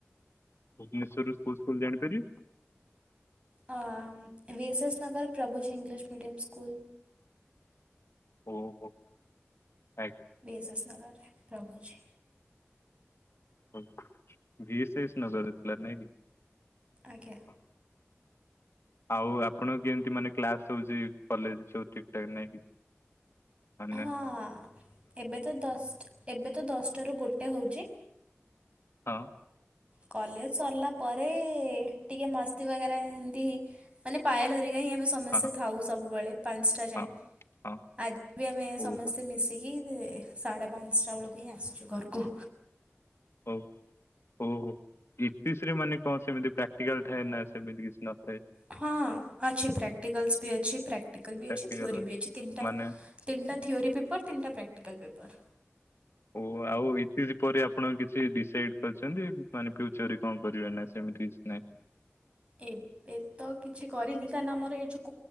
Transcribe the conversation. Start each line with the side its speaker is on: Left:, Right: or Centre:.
Left: ଭୁବନେଶ୍ଵରରୁ କୋଉ ସ୍କୁଲ ଜାଣିପାରିବି?
Right: ଆ VSS Nagar Prabhuji English medium school.
Left: ଓହୋ ଆ
Right: ଭିଏସେସ ନଗର ପ୍ରଭୁଜୀ।
Left: ହ ଭିଏସେସ ନଗରଥିଲା ନାଇଁ କି?
Right: ଆଜ୍ଞା।
Left: ହଁ ଆଉ ଆପଣ କେମତି ମାନେ କ୍ଲାସ ହୋଉଚି କଲେଜରେ ସବୁ ଠିକ ଠାକ ନାଇଁ କି? ମାନେ
Right: ହଁ ଏବେ ତ ଦଷ୍ଟ ଦଶଟାରୁ ଗୋଟେ ଗୋଟେ ହଉଚି
Left: ହଁ।
Right: କଲେଜ ସରିଲା ପରେ ଟିକେ ମସ୍ତି ବଗରା ଏମିତି ହିଁ ମାନେ ପାଏଲହେରିକା ହିଁ ଆମେ ସମସ୍ତେ
Left: ହଁ
Right: ଥାଉ ସବୁବେଳେ ପାଞ୍ଚଟା ଯାଏଁ
Left: ହଁ ହଁ
Right: ଆଜି ବି ଆମେ
Left: ଓହୋ
Right: ସମସ୍ତେ ମିଶିକି ସଦେପାଞ୍ଚଟା ବେଳାକୁୁ ହିଁ ଆସୁଛୁ ଘରକୁ।
Left: ହଉ ହଉ ହଉ ଇତିଶ୍ରୀରେ ମାନେ କଣ ସେମିତି ପ୍ରାକ୍ଟିକାଲ ଥାଏ ନା ସେମିତି କିଛି ନ
Right: ହଁ ଅଛି ପ୍ରାକ୍ଟିକାଲସ୍ ବି ଅଛି ପ୍ରାକ୍ଟିକାଲ ବି
Left: ପ୍ରାକ୍ଟିକାଲ
Right: ଅଛି ଥିଓରି ବି ଅଛି ତିନଟା
Left: ମାନେ
Right: ତିନି ତିଟା ଥିଓରି ପେପର ତିନଟା ପ୍ରାକ୍ଟୀକାଲ ପେପର।
Left: ଓ ଆଉ ଇତି ପରେ ଆପଣ କିଛି ଡିସାଇଡ କରିଛନ୍ତି। ମାନେ ଫ୍ୟୁଚର ରେ କଣ କରିବେ ନା ସେମିତି ନାଇଁ? <unintelligible>
Right: ଏ ଏବେ ତ କିଛି କରିନି କାରଣ ଆମର ଏଇ ଯୋଉ